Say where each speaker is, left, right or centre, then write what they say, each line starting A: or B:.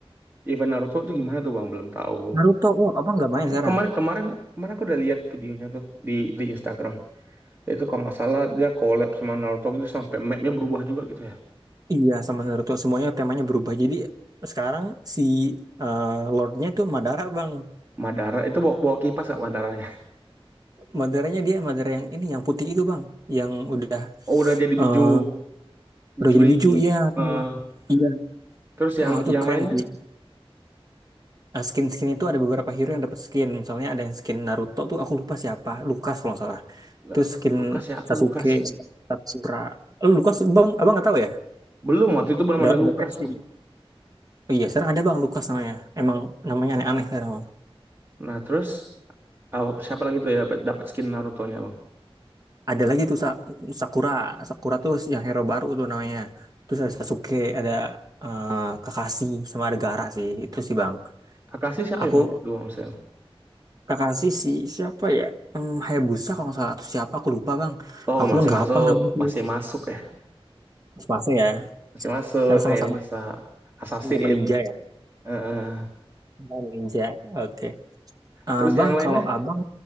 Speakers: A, on the right; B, on the right.
A: Event Naruto tuh gimana tuh bang belum tahu.
B: Naruto, oh, abang nggak main
A: Oh,
B: sekarang?
A: kemarin kemarin kemarin aku udah lihat videonya tuh di di Instagram. Itu kalau nggak salah dia collab sama Naruto gitu sampai mapnya berubah juga gitu ya.
B: Iya, sama Naruto semuanya temanya berubah. Jadi sekarang si eh, Lordnya tuh Madara, bang.
A: Madara itu bawa, bawa kipas gak Madaranya? <laughs>
B: Madaranya dia Madara yang ini, yang putih itu, bang. Yang udah
A: Oh udah jadi
B: eh,
A: Biju Jinchuriki.
B: udah jadi biju, iya
A: Eh
B: tuh. Iya,
A: terus
B: oh,
A: yang
B: itu
A: yang
B: keren
A: lainnya
B: sih. Nah, Skin-skin itu ada beberapa hero yang dapat skin. Misalnya ada yang skin Naruto tuh aku lupa siapa, Lukas kalau nggak salah.
A: Lah,
B: Terus skin
A: Lukas siapa
B: Sasuke,
A: Lukas?
B: Sakura. Eh, Lukas, bang, abang nggak tahu ya?
A: Belum waktu itu belum
B: Udah
A: ada
B: udah
A: Lukas
B: pensi
A: bang.
B: dia. Oh iya, sekarang ada bang Lukas namanya. Emang namanya aneh-aneh sekarang.
A: Nah terus apa siapa lagi tuh ya dapat dapat skin Naruto-nya bang?
B: ada lagi tuh Sa- Sakura Sakura tuh yang hero baru tuh namanya terus ada Sasuke ada eh, Kakashi sama ada Gaara sih itu sih bang
A: Kakashi siapa
B: aku
A: yang pakai tuh bang maksudnya?
B: Kakashi si siapa ya Em, Hayabusa kalau nggak salah atau siapa aku lupa bang
A: Oh
B: aku
A: masih
B: pun nggak
A: masuk
B: hafal namanya tuh
A: masih masuk ya
B: Tsubasa ya
A: masih masuk
B: karena sama-sama
A: Hayabusa Assassin.
B: sama ninja ya
A: Eh, eh.
B: Sama ninja oke Eh,
A: terus
B: bang
A: yang lainnya
B: kalau abang